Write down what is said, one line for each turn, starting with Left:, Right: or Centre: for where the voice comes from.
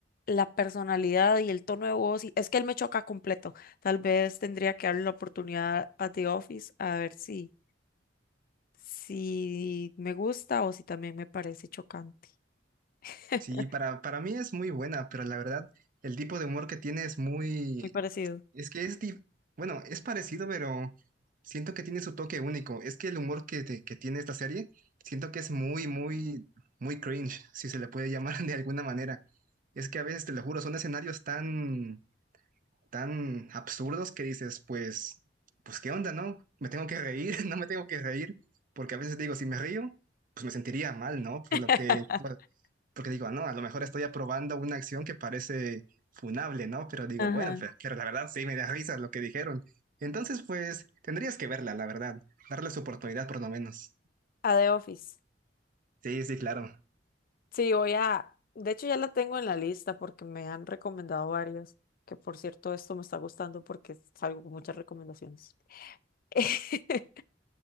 Left: la personalidad y el tono de voz. y- es que él me choca completo. Tal vez tendría que darle la oportunidad a The Office a ver si, si me gusta o si también me parece chocante. <laughs>
Right: Sí, para, para mí es muy buena, pero la verdad, el tipo de humor que tiene es muy...
Left: Muy parecido.
Right: Es que es... di- Bueno, es parecido, pero siento que tiene su toque único. Es que el humor que, te- que tiene esta serie, siento que es muy, muy, muy cringe, si se le puede llamar <laughs> de alguna manera. Es que a veces, te lo juro, son escenarios tan, tan absurdos que dices, pues, pues, ¿qué onda, no? ¿Me tengo que reír? <laughs> ¿No me tengo que reír? Porque a veces digo, si me río, pues me sentiría mal, ¿no? Por
Left: <laughs>
Right: lo que porque digo, ah, no, a lo mejor estoy aprobando una acción que parece funable, ¿no? Pero digo,
Left: Ajá.
Right: bueno, pues, pero la verdad sí me da risa lo que dijeron. Entonces, pues, tendrías que verla, la verdad, darle su oportunidad por lo menos.
Left: A The Office.
Right: Sí, sí, claro.
Left: Sí, voy a, de hecho ya la tengo en la lista porque me han recomendado varias, que por cierto esto me está gustando porque salgo con muchas recomendaciones. <laughs>